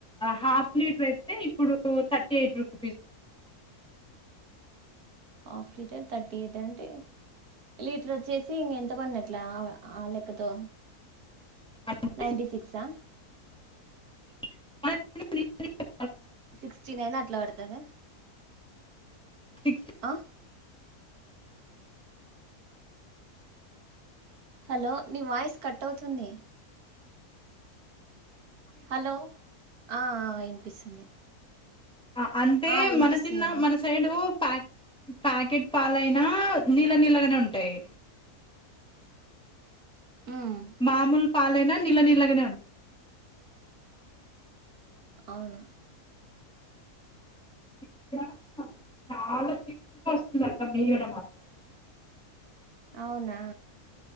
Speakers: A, in the centre; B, on the right.
A: హాఫ్ లీటర్ అయితే ఇప్పుడు thirty eight rupee piece
B: half litre thirty eight అంటే లీటర్ వచ్చేసి ఇంగ ఎంత పడినట్లా ఆ అ లెక్కతో
A: అంటే
B: నైన్టీ సిక్సా
A: <inaudible>
B: సిక్స్టీ నైన్ అట్లా అడతద
A: సిక్స్టీ.
B: ఆ హలో నీ వాయిస్ కట్ అవుతుంది. హలో ఆ వినిపిస్తుంది.
A: అ అంటే
B: ఆ వినిపిస్తుంది
A: మన తిన్న
B: అను
A: మన సైడు ప్యా ప్యాకెట్ పాలయినా నీళ్ళ నీళ్ళగానే ఉంటాయి.
B: మ్మ్
A: మామూలు పాలైనా నీళ్ళ నీళ్ళగానే ఉం
B: అవును
A: ఇక్కడ చాలా తిక్కుగా వస్తుంది అక్క మీగడ మాత్రం
B: అవునా